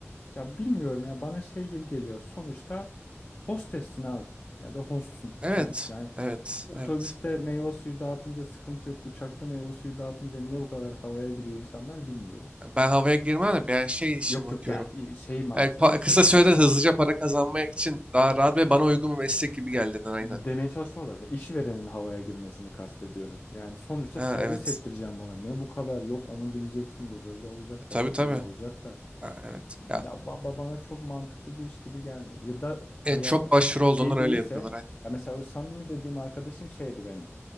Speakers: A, on the left; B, on the right.
A: Ya bilmiyorum ya bana şey gibi geliyor. Sonuçta hostessin abi ya da hostsun
B: Evet,
A: tamam. Yani
B: evet,
A: otobüste
B: evet.
A: meyve suyu dağıtınca sıkıntı yok. Uçakta meyve suyu dağıtınca niye bu kadar havaya giriyor insanlar bilmiyorum.
B: Ben havaya girmem de ben şey için
A: Yok
B: bakıyorum.
A: yok yani şey mantığını
B: Yani pa-
A: söylüyorum.
B: kısa sürede hızlıca para kazanmak için daha rahat ve bana uygun bir meslek gibi geldiğinden
A: Yok,
B: aynen.
A: de- demeye çalıştım zaten. İşverenin havaya girmesini kastediyorum. Yani sonuçta
B: Ha,
A: servis
B: evet.
A: ettireceğim bana. Ne bu kadar yok onu bileceksin bu böyle olacak
B: E, tabii
A: da şu şöyle
B: tabii.
A: olacak da.
B: Ha, evet. Ya,
A: Ya ba- ba- bana çok mantıklı bir iş gibi gelmiyor. Ya da hayatı
B: evet, çok başvuru olduğundan
A: şey
B: öyle
A: değilse
B: yapıyorlar aynen.
A: ya mesela o samimi dediğim arkadaşım şeydi benim.